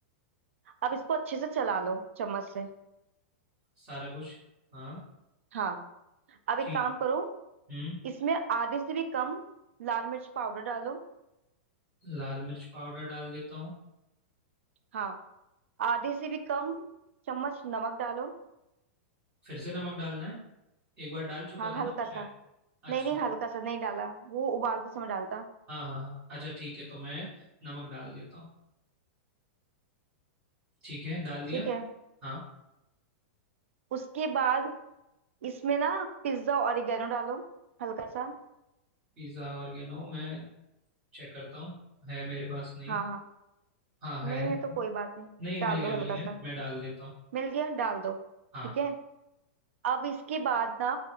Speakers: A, on the right; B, on the right.
A: अब इसको अच्छे से चला लो चम्मच से
B: सारा कुछ हाँ
A: हाँ अब एक
B: ठीक
A: काम करो
B: हम्म
A: इसमें आधे से भी कम लाल मिर्च पाउडर डालो
B: लाल मिर्च पाउडर डाल देता हूँ
A: हाँ आधे से भी कम चम्मच नमक डालो
B: फिर से नमक डालना है एक बार डाल चुका
A: हाँ
B: था
A: हल्का
B: ना मैं शायद
A: सा नहीं
B: अच्छा
A: नहीं हल्का सा नहीं डाला वो उबालते समय डालता
B: हाँ हाँ हाँ अच्छा ठीक है तो मैं नमक डाल देता हूँ ठीक है डाल दिया
A: ठीक है
B: हाँ
A: उसके बाद इसमें ना पिज्जा ऑरिगेनो डालो हल्का सा
B: पिज़्ज़ा ऑर्गेनो मैं चेक करता हूँ है मेरे पास नहीं
A: हाँ हाँ
B: हाँ है
A: नहीं है तो कोई बात नहीं
B: नहीं मिल
A: डाल
B: गया
A: दो
B: मिल
A: हल्का
B: गया
A: सा
B: मैं डाल देता हूँ
A: मिल गया डाल दो
B: हाँ
A: ठीक है अब इसके बाद ना